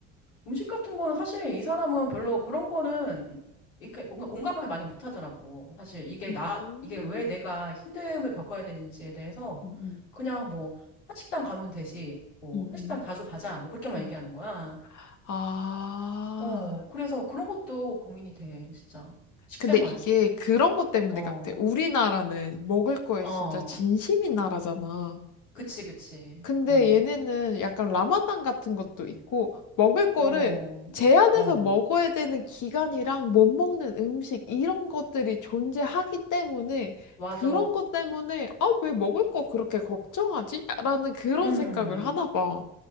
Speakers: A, on the left (about 85°); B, on the left (about 55°).
A: 음식 같은 거는 사실 이 사람은 별로 그런 거는 이렇게 뭔가 공감을 많이 못 하더라고. 사실 이게
B: 음,
A: 나 이게 왜 내가 힘듦을 겪어야 되는지에 대해서
B: 음,
A: 그냥 뭐 한식당 가면 되지. 뭐
B: 음, 음.
A: 한식당 자주 가자. 뭐 그렇게만
B: 음.
A: 얘기하는 거야.
B: 아.
A: 어, 그래서 그런 것도 고민이 돼, 진짜. 식생활.
B: 근데 이게 그런 것 때문에
A: 어.
B: 같아. 우리나라는 먹을 거에
A: 어.
B: 진짜 진심인 나라잖아.
A: 그치, 그치.
B: 근데
A: 음.
B: 얘네는 약간 라마단 같은 것도 있고, 먹을 거를
A: 어.
B: 제한해서
A: 어.
B: 먹어야 되는 기간이랑 못 먹는 음식, 이런 것들이 존재하기 때문에,
A: 맞아.
B: 그런 것 때문에, 아, 왜 먹을 거 그렇게 걱정하지? 라는 그런
A: 음.
B: 생각을 하나 봐.